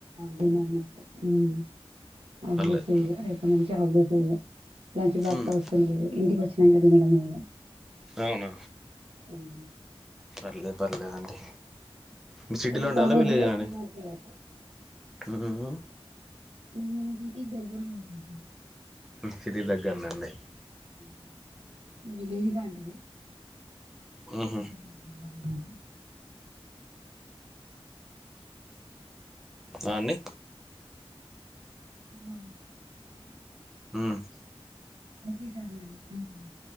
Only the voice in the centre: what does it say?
పర్లేదు
మ్మ్
ఔనా
పర్లేద్ పర్లేదండి. మిర్ సిటీలో
ఉంటాల
విలేజ
ఆండీ
మ్మ్
సిటీకి దగ్గరనండి
మ్మ్ఉహ్మ్ ఆ అండి.
ఊమ్.